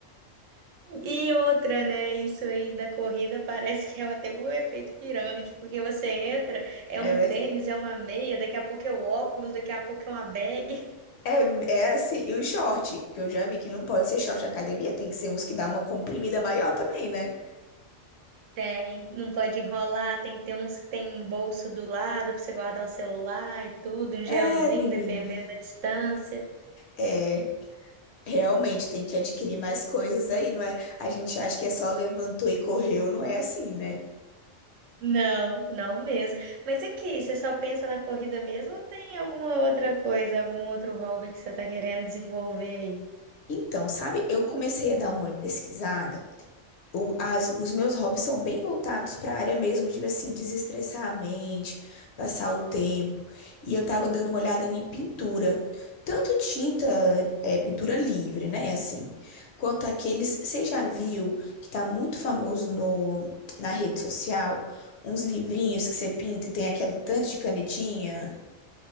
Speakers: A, on the right; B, on the left.
A: E outra, né? Isso aí da corrida parece que é até um efeito pirâmide, porque você entra, é
B: É,
A: um
B: ver-
A: tênis, é uma meia, daqui a pouco é o óculos, daqui a pouco é uma bag. <laughs>
B: é, é assim, e o short, porque eu já vi que não pode ser short de academia, tem que ser uns que dá uma comprimida maior também, né?
A: Tem, não pode enrolar, tem que ter uns, tem um bolso do lado para você guardar o celular e tudo, um gelzinho,
B: É, menina.
A: dependendo da distância.
B: É, realmente tem que adquirir mais coisas aí, não é? A gente acha que é só levantou e correu, não é assim, né?
A: Não, não mesmo. Mas aqui, você só pensa na corrida mesmo ou tem alguma outra coisa, algum outro hobby que você tá querendo desenvolver aí?
B: Então, sabe, eu comecei a dar uma pesquisada o- as- os meus hobbies são bem voltados para a área mesmo de assim desestressar a mente, passar o tempo. E eu tava dando uma olhada em pintura, tanto tinta, é, pintura livre, né, assim, quanto aqueles, você já viu que tá muito famoso no na rede social, uns livrinhos que você pinta e tem aquele tanto de canetinha?